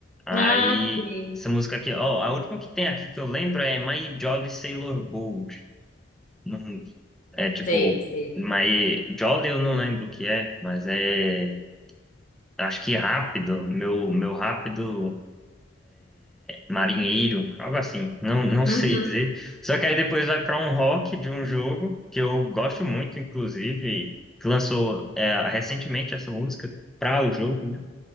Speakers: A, in the centre; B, on the left (about 40°).
A: Aí
B: Ah, sei,
A: essa música aqui, ó, a última que tem aqui que eu lembro é My Jolly Sailor Bold. Não, é tipo,
B: sei, sei.
A: My Jolly eu não lembro o que é, mas é acho que rápido, meu meu rápido marinheiro, algo assim, não, não
B: Uhum.
A: sei dizer. Só que aí depois vai para um rock de um jogo que eu gosto muito, inclusive, que lançou é, recentemente essa música para o jogo, né?